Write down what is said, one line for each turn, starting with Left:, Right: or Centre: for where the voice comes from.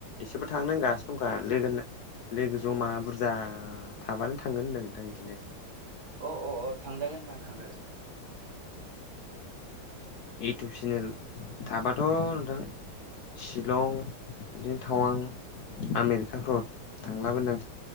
Left: इसेबो थांनो होंगासिनो दंखा लोगो लोगो जमा बुरजा थाबानो थांगोन होनदों नोंथां इसोरो।
Right: अ अ अ थांजोन नोंथां थांजागोन।
Left: इउटुब चेनेल थाबाथ' नोंथां। शिलं बिदिनो टावां आमेरिकाफ्राव थांलाबायनो।